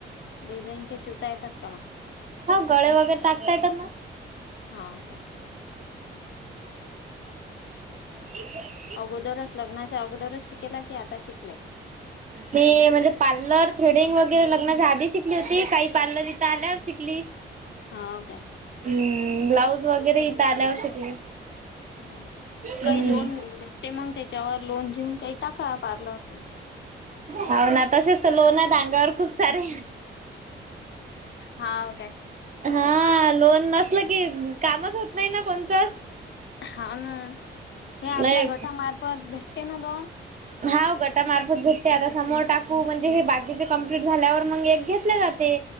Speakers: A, on the left; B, on the right.
A: डिझाईनच्या शिवता येतात? का मग
B: हो गळे वगैरे टाकता येतात ना
A: हा ओके
B: <inaudible>
A: अगोदरच लग्नाच्या अगोदरच शिकले की आता शिकले?
B: मी म्हणजे पार्लर थ्रेडिंग वगैरे लग्नाच्या आधी शिकली होती काही पार्लर इथ आल्यावर शिकली.
A: हाव काय
B: हम्म, ब्लाऊज वगैरे इथं आल्यावर शिकली.
A: हम्म, काही
B: हम्म.
A: लोन भेटते मग त्याच्यावर लोन घेऊन काही टाका पार्लर
B: हो ना तसेच तर लोन आहेत अंगावर खूप सारे
A: हाव काय
B: हा लोन नसल की कामच होत नाही ना कोणतचं
A: हा ना हे आपल्या
B: लय
A: गटामार्फत भेटते ना लोन
B: हाव गटामार्फत भेटते आता समोर टाकू म्हणजे हे बाकीचे कम्प्लीट झाल्यावर मग एक घेतले जाते.